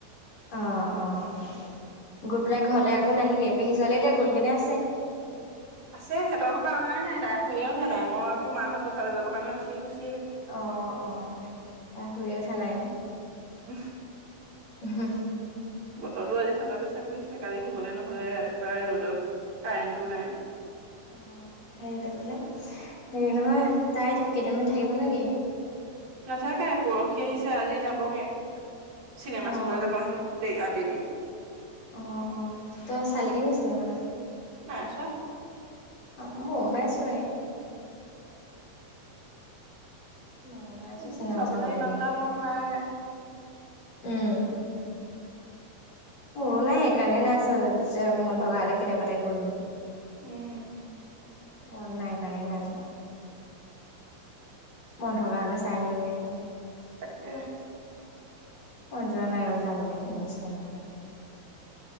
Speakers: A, on the left; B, on the right.
A: অ', অ', গৈ পেলাই ঘৰলে আকৌ নাহিলিয়ে, পেহী ছোৱালী এতিয়া গলগে নে আছে?
B: আছে সিহঁতৰ সোপা অহাই নাই তাই শুইয়ে উঠা নাই, মই আকৌ মাহঁত পথাৰলৈ যাবৰ কাৰণে উঠিয়ে গৈছো।
A: অ', অ', তাই শুইয়ে উঠা নাই নে?
B: উম,
A: হুম,
B: বতৰটো আজি ঠাণ্ডা পাইছে শুইছে কালি শুবলৈ নহলে ৰাতিপুৱাই ৰ'দত কাৰেণ্টো নাই।
A: আ, হেৰিতে বোলে হেৰি নহয় তাই কেইদিনমান থাকিব নেকি?
B: নাথাকে পৰহি আহিছে আজি যাবগে চিনেমা
A: অ',
B: চাবলৈ যাব
A: অ',
B: হেনো দে আবেলি।
A: অ', অ', তই চালি গে নি চিনেমা?
B: নাই চোৱা
A: অ', মই উলাইছোৱে। মনাইছে
B: এইখন
A: চিনেমা চাবলৈ
B: ইমান
A: এইবাৰ
B: এটা মন নাই
A: উম, মোৰো নাই সেইকাৰণে নাই চ যে মন থকা হলে কেতিয়াবাতে গ'লো হেতেন।
B: উম
A: মন নাই কাৰণে নাই যোৱা। মন থকা হ'লে চাই আহিলগে হেঁতেন।
B: তাকে
A: মন যোৱা নাই আৰু যাবলৈ, কিনো চিনেমা চাব যাম।